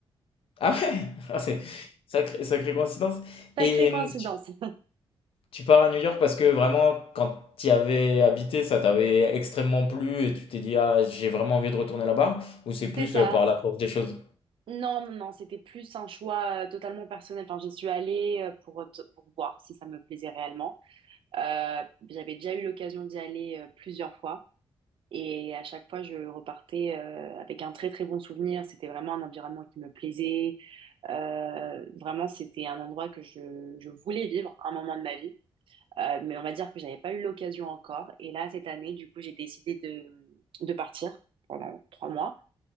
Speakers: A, on the left; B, on the right.
A: Ah ouais, <laughs> Ah, c'est sacré, sacrée coïncidence.
B: <laughs> Sacrée
A: Et
B: coïncidence.
A: hum, tu, tu pars à New York parce que vraiment, quand tu y avais habité, ça t'avait extrêmement plu et tu t'es dit, ah, j'ai vraiment envie de retourner là-bas, ou c'est plus
B: C'est ça.
A: euh, par
B: C-
A: la force des choses?
B: Non, non, non, c'était plus un choix euh, totalement personnel. Enfin, j'y suis allée euh, pour, t- pour voir si ça me plaisait réellement. Euh, j'avais déjà eu l'occasion d'y aller euh, plusieurs fois. Et à chaque fois, je repartais euh, avec un très très bon souvenir. C'était vraiment un environnement qui me plaisait. Euh, vraiment, c'était un endroit que je, je voulais vivre un moment de ma vie. Euh, mais on va dire que j'avais pas eu l'occasion encore. Et là, cette année, du coup, j'ai décidé de, de partir pendant trois mois.